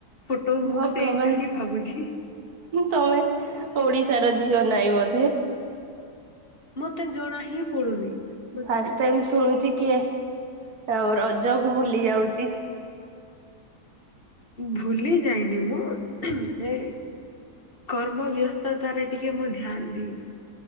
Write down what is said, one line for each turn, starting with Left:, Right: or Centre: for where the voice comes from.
Left: ଫୋଟୋ ମୁଁ
Right: ଭଗବାନ
Left: ସେଇଟା ହିଁ ଭାବୁଛି।
Right: ତମେ ଓଡିଶାର ଝିଅ ନାଇଁ ବୋଧେ?
Left: ମତେ ଜଣା ହିଁ ପଡୁନି। ମତେ
Right: ଫାଷ୍ଟ ଟାଇମ ଶୁଣୁଚି କିଏ? ଆଉ ରଜ କୁ ଭୁଲି ଯାଉଚି।
Left: ଭୁଲି ଯାଇନି ମୁଁ ଏ କର୍ମ ବ୍ୟସ୍ତତା ରେ ଟିକେ ମୁଁ ଧ୍ୟାନ ଦେଇନି।